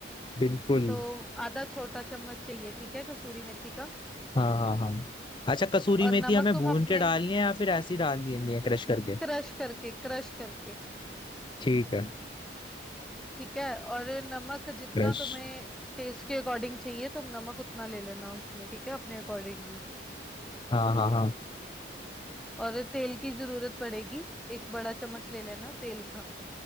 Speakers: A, on the left (about 25°); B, in the centre.
A: बिल्कुल
B: तो आधा छोटा चम्मच चाहिए ठीक है कसूरी मेथी का
A: हाँ हाँ हाँ अच्छा कसूरी
B: और
A: मेथी
B: नमक
A: हमें
B: तुम
A: भून
B: अपने
A: के डालनी है या फिर ऐसी डालनी है क्रश करके
B: क्रश करके क्रश करके
A: ठीक है
B: ठीक है और नमक जितना
A: क्रश
B: तुम्हें टेस्ट के अकॉर्डिंग चाहिए तुम नमक उतना ले लेना उसमें ठीक है अपने अकॉर्डिंग ही
A: हाँ हाँ हाँ
B: और तेल की जरूरत पड़ेगी एक बड़ा चम्मच ले लेना तेल का